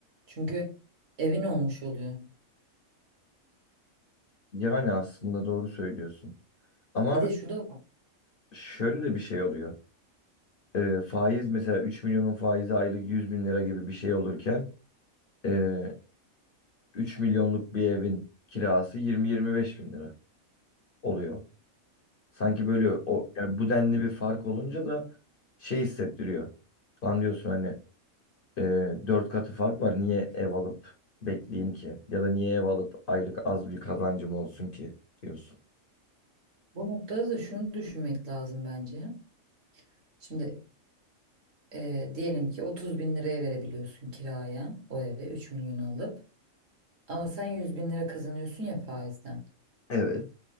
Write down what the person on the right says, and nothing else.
Çünkü evin olmuş oluyor.
Bir de şu da var.
Bu noktada da şunu düşünmek lazım bence. Şimdi e, diyelim ki 30 bin liraya verebiliyorsun kiraya o eve 3 milyon alıp. Ama sen 100 bin lira kazanıyorsun ya faizden.